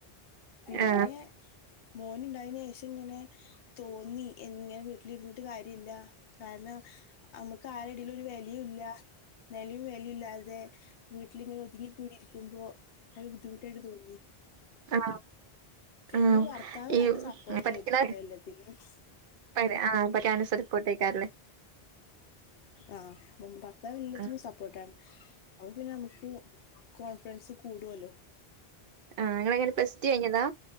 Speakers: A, on the left; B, on the right.
A: പിന്നെ
B: ആ ആ
A: മോനുണ്ടായെനു ശേഷം ഇങ്ങനെ തോന്നി ഇങ്ങനെ ട്ടിലിരുന്നിട്ട് കാര്യല്ല കാരണം അമ്മക്ക് ആരുടെലും ഒരു വെലയുല്ല നിലയും വിലയും മില്ലാതെ വീട്ടിലിങ്ങനെ ഒതുങ്ങിക്കൂടി ഇരിക്കുമ്പോ അത് ബുദ്ധിമുട്ടായിട്ട് തോന്നി
B: ആ
A: പിന്നെ
B: ആ
A: ഭർത്താവ്
B: ഈ
A: നല്ല സപ്പോർട്ടായിരുന്നു
B: പഠിക്കണ
A: കേട്ടോ എല്ലാത്തിനും
B: പ ആ പ്പകാൻസറിപ്പോട്ടേക്കാറല്ലേ
A: ആ ഭർത്താവ് എല്ലത്തിനും
B: ആ
A: സപ്പോർട്ടാണ് അപ്പൊ പിന്നെ നമുക്ക് കോൺഫിഡൻസ് കൂടുവല്ലോ
B: ആ നിങ്ങള് എങ്ങനെ പ്ലസ് ടു കഴിഞ്ഞതാ